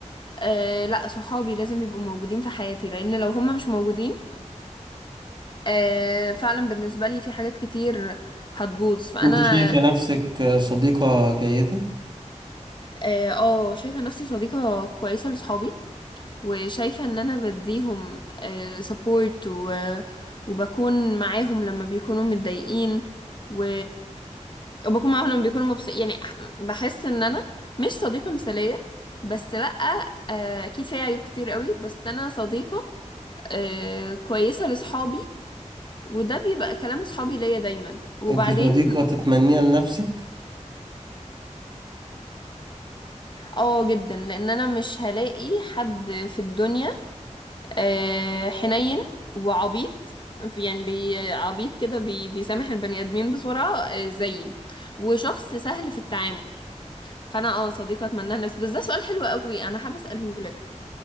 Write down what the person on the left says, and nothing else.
آه لا صحابي لازم يبقوا موجودين في حياتي لأن لو هم مش موجودين آه فعلا بالنسبة لي في حاجات كتير هتبوظ فأنا
اه آه، شايفة نفسي صديقة كويسة لصحابي وشايفة ان انا بديهم سبورت و... وبكون معاهم لما بيكونوا متضايقين و... وبكون معاهم لما بيكونوا مبسوطين يعني بحس ان انا مش صديقة مثالية بس لأ آه، اكيد فيها عيوب كتير قوي بس انا صديقة آه، كويسة لصحابي وده بيبقى كلام صحابي ليا دايما وبعدين
اه جدا لان انا مش هلاقي حد في الدنيا آه، حنين وعبيط يعني بي عبيط كده بي بيسامح البني ادمين بسرعه آه، زيي وشخص سهل في التعامل فانا اه صديقه اتمناها لنفسي بس ده سؤال حلو قوي انا حابه اساله لك